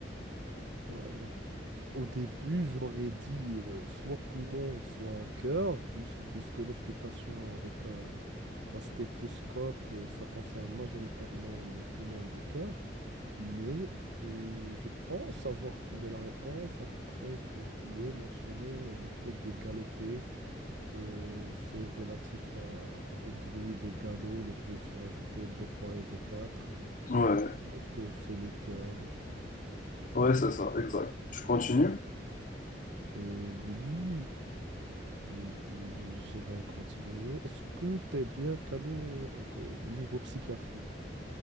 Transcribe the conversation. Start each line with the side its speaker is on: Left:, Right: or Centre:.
Right: Voilà. Au début, j'aurais dit euh, soit poumon, soit cœur, puis- puisque l'auscultation avec un, un stéthoscope, euh, ça concerne majoritairement les poumons et le cœur. Mais euh, je pense avoir trouvé la réponse après que tu aies mentionné euh, le fait de galoper Euh, c'est relatif à- au bruit de galop. Les bruits sont ajoutés b trois et b quatre.
Left: Ouais,
Right: Donc, euh, c'est le cœur.
Left: ouais, c'est ça, exact. Tu continues?
Right: Euh, oui, je- je- je- j'irai continuer. Est-ce que tu es bien calé au co- niveau psychiatrie?